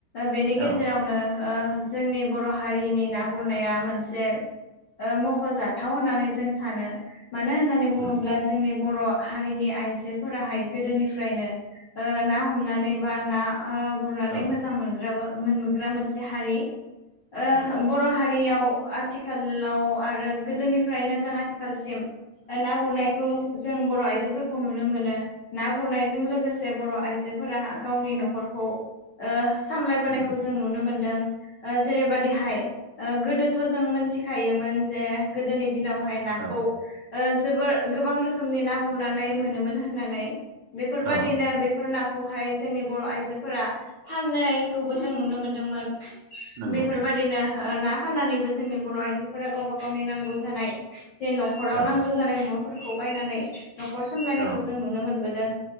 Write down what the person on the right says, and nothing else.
औ
उम
औ
नंगौ
नंगौ
औ
औ
नंगौ
औ
औ